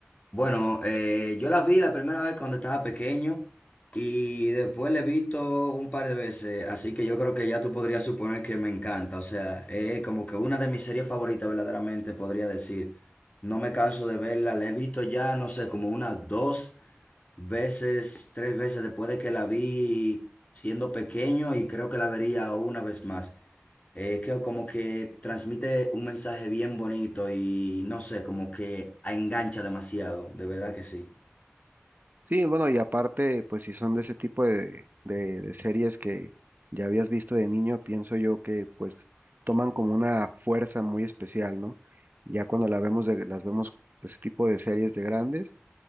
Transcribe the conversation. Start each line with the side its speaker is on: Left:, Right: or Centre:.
Left: Bueno, eh, yo la vi la primera vez cuando estaba pequeño y después la he visto un par de veces, así que yo creo que ya tú podrías suponer que me encanta, o sea, es como que una de mis series favoritas verdaderamente podría decir. No me canso de verla, la he visto ya, no sé, como unas dos veces, tres veces después de que la vi siendo pequeño y creo que la vería una vez más es que como que transmite un mensaje bien bonito y no sé, como que engancha demasiado, de verdad que sí.
Right: Sí, bueno, y aparte, pues si son de ese tipo de, de- de series que ya habías visto de niño, pienso yo que pues toman como una fuerza muy especial, ¿no? Ya cuando la vemos de- las vemos ese tipo de series de grandes,